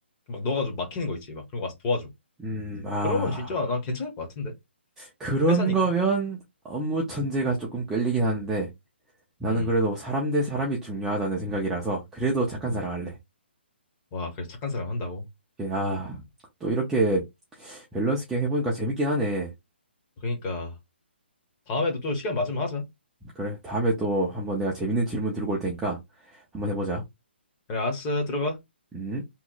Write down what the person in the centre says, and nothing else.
음, 아,
그런
거면 업무 천재가 조금 끌리긴 하는데 나는
그래도 사람 대 사람이 중요하다는 생각이라서 그래도 착한
사람 할래.
예, 아, 또 이렇게 밸런스 게임 해보니까 재밌긴 하네.
그래, 다음에 또 한번 내가 재밌는 질문 들고 올 테니까 한번 해보자.
음.